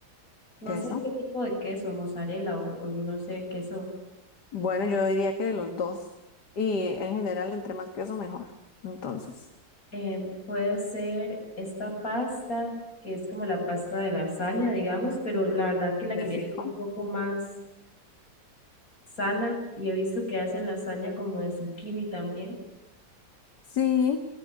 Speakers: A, on the left; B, on the left.
A: No
B: Queso.
A: sé qué tipo de queso, mozzarella o, o yo no sé, queso.
B: Bueno, yo diría que los dos. Y en general, entre más queso, mejor. Entonces,
A: Em, puede ser esta pasta, que es como la pasta de lasaña, digamos, pero la verdad que la
B: De
A: quería
B: fijo.
A: hacer un poco más sana y he visto que hacen lasaña como de zucchini también.
B: sí,